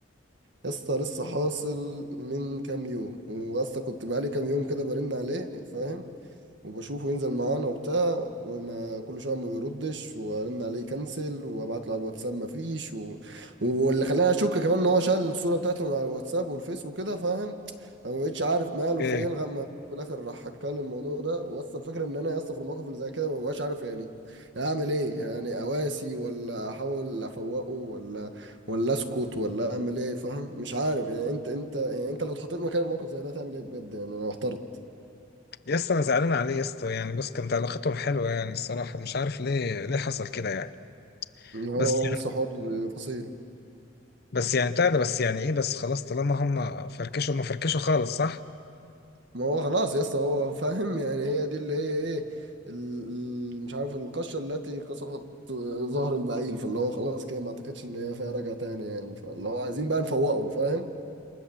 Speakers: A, on the right (about 60°); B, on the left (about 55°).
A: يا اسطى لسه حاصل من كام يوم واسطى كنت بقالي كام يوم كده برن عليه فاهم وبشوفه ينزل معانا وبتاع وما كل شويه ما بيردش وارن عليه كنسل وابعت له على الواتساب ما فيش و... واللي خلاني اشك كمان ان هو شال الصوره بتاعته من على الواتساب والفيس وكده فاهم أنا ما بقتش عارف ماله
B: إيه؟
A: في ايه لغايه ما في الاخر راح حكى لي الموضوع ده واسطى الفكره ان انا يا اسطى في الموقف اللي زي كده ما ببقاش عارف يعني اعمل ايه يعني اواسي ولا احاول افوقه ولا ولا اسكت ولا اعمل ايه فاهم مش عارف يعني انت انت يعني انت لو اتحطيت مكان موقف زي ده تعمل ايه بجد يعني انا محترت
B: يا اسطى انا زعلان عليه يا اسطى يعني بص كانت علاقتهم حلوه يعني الصراحه مش عارف ليه ليه حصل كده يعني
A: ان هو
B: بس
A: هو بص حوار فصيل
B: بس يعني بتاع ده بس يعني ايه بس خلاص طالما هم فركشوا هم فركشوا خالص صح؟
A: ما هو خلاص يا اسطى هو فاهم يعني هي دي اللي هي ايه ال- ال- مش عارف القشة التي قصفت ظهر البعيل فاللي هو خلاص كده ما اعتقدش ان هي فيها رجعة تاني يعني فاللي هو عايزين بقى نفوقه فاهم